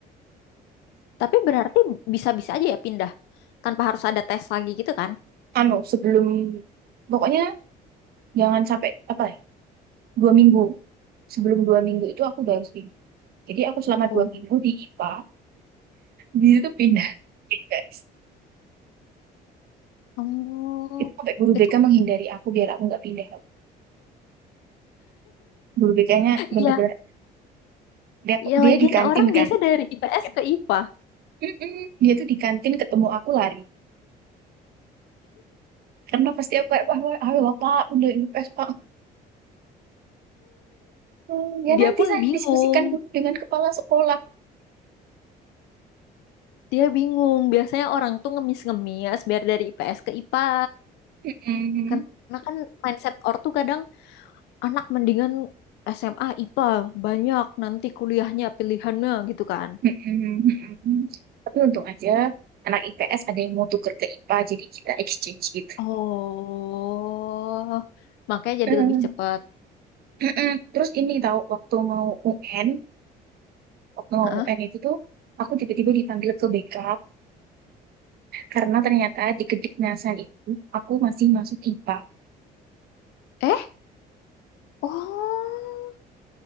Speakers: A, on the left (about 85°); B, on the right (about 65°).
A: Tapi berarti bisa-bisa aja ya pindah tanpa harus ada tes lagi gitu kan?
B: Anu sebelum pokoknya jangan sampai apa ya dua minggu sebelum dua minggu itu aku udah harus pindah jadi aku selama
A: Oh.
B: dua minggu di IPA di situ pindah Jadi, guys
A: Oh,
B: itu sampai guru
A: itu
B: BK menghindari aku biar aku nggak pindah guru BK-nya bener-bener
A: iya,
B: dia,
A: iya
B: dia
A: lagian
B: di kantin
A: orang
B: kan
A: biasa dari IPS ke IPA.
B: Mm-mm. dia tuh di kantin ketemu aku lari karena pasti aku kayak ayo ayo lah pak udah ini pes pak "Hmm, ya
A: Dia
B: nanti
A: pun
B: saya
A: bingung,
B: diskusikan dulu dengan kepala sekolah
A: dia bingung. Biasanya orang tuh ngemis-ngemis biar dari IPS ke IPA.
B: Mm-mm.
A: Karena kan mindset ortu kadang anak mendingan SMA IPA banyak nanti kuliahnya pilihannya gitu kan.
B: Mm-mm. Mm-mm. tapi untung aja anak IPS ada yang mau tuker ke IPA jadi kita exchange gitu
A: Oh, makanya jadi
B: <laughs>
A: lebih cepat.
B: Mm-mm. Terus ini tahu waktu mau UN, waktu mau
A: Hah?
B: UN itu tuh aku tiba-tiba dipanggil ke BK karena ternyata di Kediknasan itu aku masih masuk IPA.
A: Eh? Oh,